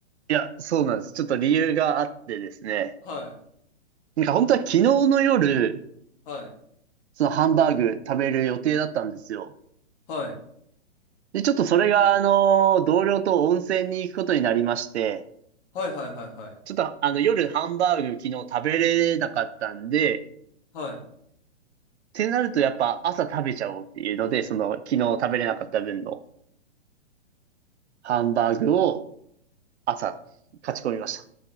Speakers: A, on the right (about 70°); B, on the left (about 50°).
A: いや、そうなんです。ちょっと理由があってですね。
B: はい。
A: なんか本当は昨日の夜、
B: はい。
A: そのハンバーグ食べる予定だったんですよ。
B: はい。
A: で、ちょっとそれが、あの、同僚と温泉に行くことになりまして、
B: はいはいはいはい。
A: ちょっとあの夜ハンバーグ昨日食べれなかったんで、っ
B: はい。
A: てなるとやっぱ朝食べちゃおうっていうので、その昨日食べれなかった分のハンバーグを朝、勝ち込みました。